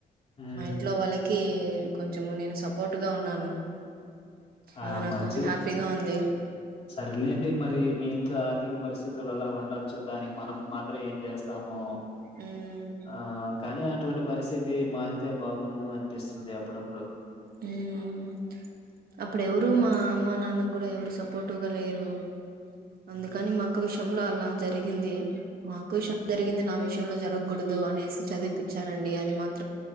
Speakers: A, on the left; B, on the right.
A: హ్మ్
B: మా ఇంట్లో వాళ్ళకి కొంచెము నేను సపోర్ట్గా ఉన్నాను
A: ఆ
B: అది నాకు
A: మంచి
B: కొంచెం హ్యాపీగా ఉంది
A: సరేలేండి మరి మీ ఇంట్లో ఆర్థిక పరిస్థితులు అలా ఉండచ్చు దానికి మనం మాత్రం ఏం చేస్తాము
B: హ్మ్
A: ఆ కానీ అటువంటి పరిస్థితి మారితే బాగుంను అనిపిస్తుంది అప్పుడప్పుడు
B: హ్మ్ అప్పుడు ఎవరు మా అమ్మా నాన్న కూడా ఎవరు స పోటుగాలేరు అందుకని
A: హ్మ్.
B: మా అక్క విష విషంలో అలా జరిగింది మా అక్క విషయం జరిగింది నా విషయం విషయంలో జరగకూడదు అనేసి చదివిపిచ్చారండి ది మ <unintelligible>